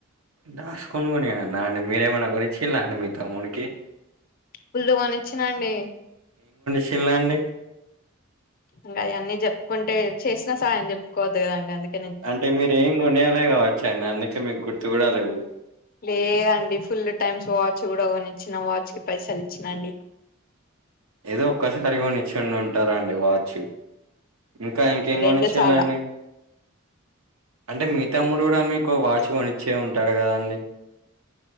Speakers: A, on the right (about 80°); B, on the left (about 45°).
A: దాస్కొని కొనియాలన అండి మీరేమైన కొనిచిల్ల అండి మి తమ్ముడికి
B: ఫుల్లు గొన్నిచ్చిన అండి
A: చిల్ల అండి
B: ఇంకా అయన్నీ చెప్పుకుంటే చేసినా సాయం చెప్పుకోవద్దు కదండి అందుకె
A: అంటే మీర ఏం కొనియాలే కావచ్చు అండి అందుకే మీకు గుర్తు కూడా లెవ్వు
B: లేదండి ఫుల్ టైమ్స్ వాచ్ కూడా కొనిచ్చిన వాచ్ కి పైసలు ఇచ్చినాండి
A: ఏదో ఒక్కసారి కొనిచ్చండి ఉంటాదా అండి వాచ్ ఇంకా ఇంకేం
B: రెండు
A: కొనిచ్చిళండి
B: సార్ల
A: అంటే మీ తమ్ముడు కూడా మీకు వాచ్ కొనిచ్చే ఉంటాడు కదాండి